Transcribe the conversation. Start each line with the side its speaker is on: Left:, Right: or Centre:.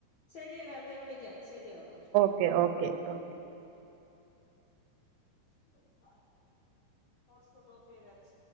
Left: ശരിയടാ എന്നാ വിളിക്കാം ശരി ഓക്കെ
Right: ക്കെ ഓക്കെ ഓക്കെ
Left: <unintelligible> ഹോട്ട്സ്പോട്ട് ഓഫ് ചെയ്താര്ന്നോ